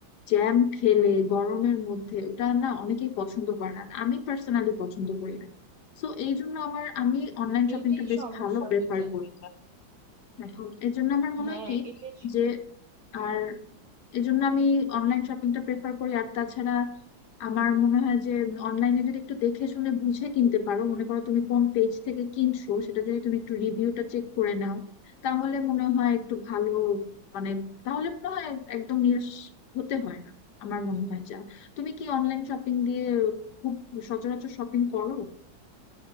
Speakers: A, on the left; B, on the right.
A: জ্যাম খেলে গরমের মধ্যে ওটা না অনেকেই পছন্দ করে না আমি পার্সোনালি পছন্দ করি না তো এই জন্য আমার আমি অনলাইন শপিংটা
B: এটাই
A: বেশ
B: সমস্যা
A: ভালো প্রেফার
B: হয়ে যায়
A: করি এখন এই জন্য আমার মনে
B: হ্যাঁ
A: হয় কি
B: এটাই স-
A: যে আর এই জন্য আমি অনলাইন শপিংটা প্রেফার করি আর তাছাড়া আমার মনে হয় যে অনলাইনে যদি একটু দেখে শুনে বুঝে কিনতে পারো মনে করো তুমি কোন পেজ থেকে কিনছো সেটা যদি তুমি একটু রিভিউটা চেক করে নাও তাহলে মনে হয় একটু ভালো মানে তাহলে মনে হয় একদম নিরাশ হতে হয় না আমার মনে হয় যা তুমি কি অনলাইন শপিং দিয়ে খুব সচরাচর শপিং করো